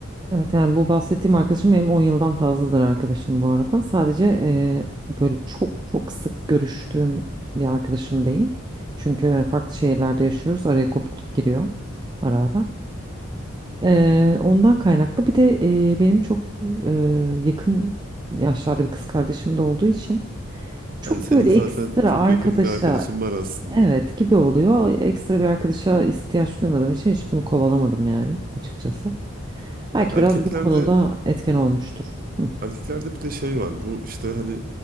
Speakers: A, on the right; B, on the right.
A: evet yani bu bahsettiğim arkadaşım benim 10 yıldan fazladır arkadaşım bu arada. Sadece eee, böyle çok çok sık görüştüğüm bir arkadaşım değil. Çünkü farklı şehirlerde yaşıyoruz. Araya kopukluk giriyor ara ara. Eee, ondan kaynaklı. Bir de eee, benim çok eee, yakın yaşlarda bir kız kardeşim de olduğu için çok
B: Hani senin
A: böyle
B: zaten
A: ekstra
B: çok
A: arkadaşa
B: yakın bir arkadaşın var aslında.
A: evet gibi oluyor. Ekstra bir arkadaşa ihtiyaç duymadığım için hiç bunu kovalamadım yani açıkçası. Belki
B: Ya erkeklerde
A: biraz bu konuda etken olmuştur. Hı.
B: erkeklerde bir de şey var. Bu işte hani